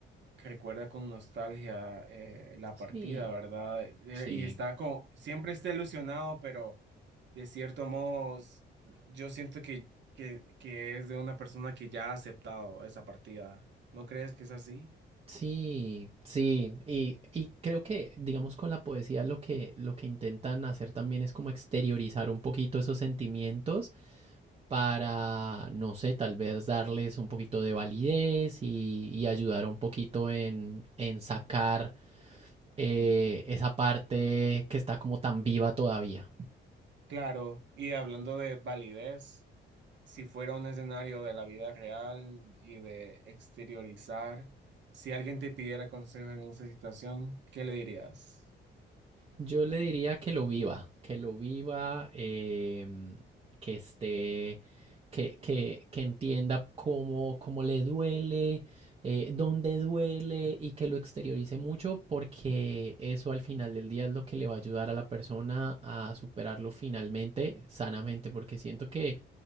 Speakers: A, on the right; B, on the right.
A: que recuerda con nostalgia eh, la
B: Sí,
A: partida, ¿verdad? Eh,
B: sí,
A: y está como, siempre está ilusionado, pero de cierto modo s- yo siento que, que, que es de una persona que ya ha aceptado esa partida. ¿No crees que es así?
B: sí, sí. Y, y creo que, digamos, con la poesía lo que, lo que intentan hacer también es como exteriorizar un poquito esos sentimientos para, no sé, tal vez darles un poquito de validez y, y ayudar un poquito en, en sacar eh, esa parte que está como tan viva todavía.
A: Claro, y hablando de validez, si fuera un escenario de la vida real y de exteriorizar, si alguien te pidiera consejo en esa situación, ¿qué le dirías?
B: Yo le diría que lo viva, que lo viva, em, que esté, que, que- que entienda cómo, cómo le duele, eh, dónde duele y que lo exteriorice mucho porque eso al final del día es lo que le va a ayudar a la persona a superarlo finalmente, sanamente, porque siento que